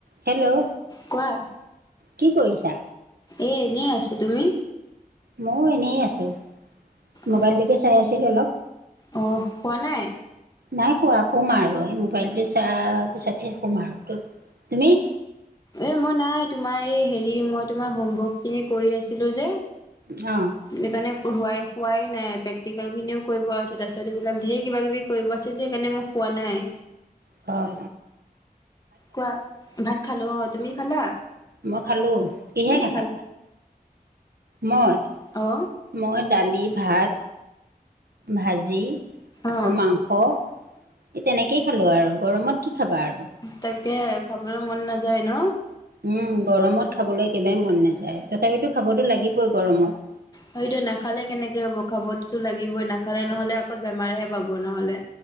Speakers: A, on the right; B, on the left.
A: Hello
B: কোৱা
A: কি কৰিছা
B: এ এনেই আছো তুমি
A: ময়ো এনেই আছোঁ মোবাইলটোকে
B: অ
A: চাই আছিলোঁ অলপ
B: অ হোৱা নাই
A: নাই শুৱা শুম আৰু এই মোবাইলটো চা পিছতে শুম আৰু তু তুমি
B: এ মই নাই তোমাৰ এই হেৰি মই তোমাৰ হোমৱৰ্ক খিনি কৰি আছিলো যে
A: অ
B: সেইকাৰণে শুৱাই শুৱাই নাই প্ৰেক্টিকেলখিনিও কৰিব আছে তাৰপিছত এইবিলাক ঢেৰ কিবাকিবি কৰিব আছে যে সেইকাৰণে মোক শুৱা নাই
A: অ
B: কোৱা ভাত খালো অ তুমি খালা
A: মই খালোঁ কিহে
B: কি দি
A: খালা মই
B: অ
A: মই দালি ভাত ভাজি আকৌ
B: অ
A: মাংস এই তেনেকেই খালোঁ আৰু গৰমত কি খাবা আৰু
B: তাকে খাবলৈ মন নাযায় ন
A: উম গৰমত খাবলৈ একেবাৰে মন নাযায় তথাপিতো খাবতো লাগিবই গৰমত
B: সটো নাখালে কেনেকে হ'ব খাবততো লাগিবই নাখালে নহলে আকৌ বেমাৰহে পাব নহলে